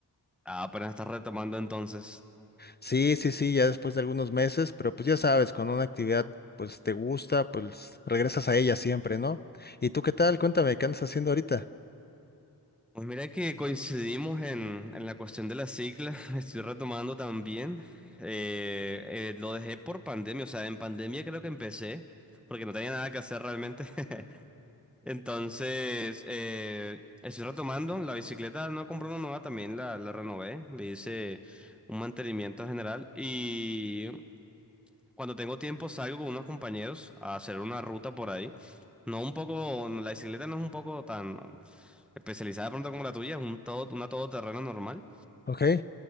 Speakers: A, in the centre; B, on the left.
A: Ah, apenas estás retomando entonces.
B: Sí, sí, sí, ya después de algunos meses, pero pues ya sabes, con una actividad pues te gusta, pues regresas a ella siempre, ¿no? ¿Y tú qué tal? Cuéntame, ¿qué andas haciendo ahorita?
A: Pues mira que coincidimos en, en la cuestión de la cicla, <laughs> estoy retomando también. Eh, eh, lo dejé por pandemia, o sea, en pandemia creo que empecé, porque no tenía nada que hacer realmente. <laughs> Entonces, eh, estoy retomando, la bicicleta no compré una nueva, también la, la renové, le hice un mantenimiento general y cuando tengo tiempo salgo con unos compañeros a hacer una ruta por ahí. No un poco, la bicicleta no es un poco tan especializada de pronto como la tuya, es un todo, una todoterreno normal.
B: Ok.